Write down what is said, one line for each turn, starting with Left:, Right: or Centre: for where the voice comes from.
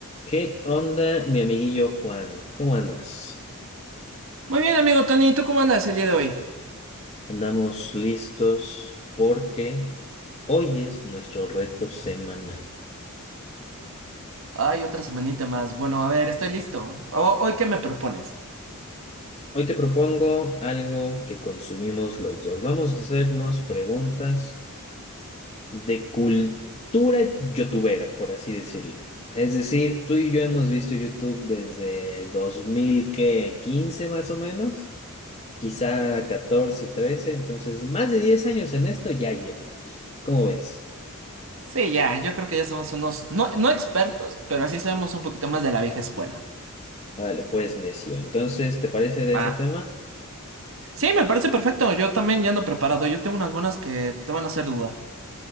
Left: ¿Qué onda, mi amiguillo Juan? ¿Cómo andas?
Right: Muy bien, amigo Tony, ¿tú cómo andas el día de hoy?
Left: Andamos listos porque hoy es nuestro reto semanal.
Right: Ay, otra semanita más. Bueno, a ver, estoy listo. O- ¿Hoy qué me propones?
Left: Hoy te propongo algo que consumimos los dos. Vamos a hacernos preguntas de cultura youtubera, por así decirlo. Es decir, tú y yo hemos visto YouTube desde 2015 más o menos, quizá 14, 13, entonces más de 10 años en esto ya llevamos. ¿Cómo ves?
Right: Sí, ya, yo creo que ya somos unos, no, no expertos, pero así sabemos un poquito más de la vieja escuela.
Left: Órale, pues, necio. Entonces, ¿te parece de
Right: Ah.
Left: ese tema?
Right: Sí, me parece perfecto. Yo también ya ando preparado. Yo tengo unas buenas que te van a hacer dudar.